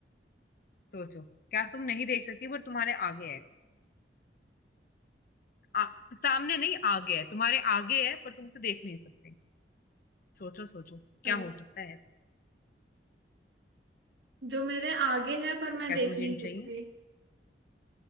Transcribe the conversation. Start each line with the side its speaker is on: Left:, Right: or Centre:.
Left: सोचो क्या तुम नहीं देख सकती पर तुम्हारे आगे है आ, सामने नहीं आगे है तुम्हारे आगे है पर तुम उसे देख नहीं सकते सोचो सोचो क्या
Right: अरे
Left: हो सकता है
Right: जो मेरे आगे है पर मैं
Left: क्या
Right: देख
Left: तुम्हें
Right: नहीं
Left: हिंट
Right: सकती
Left: चाहिए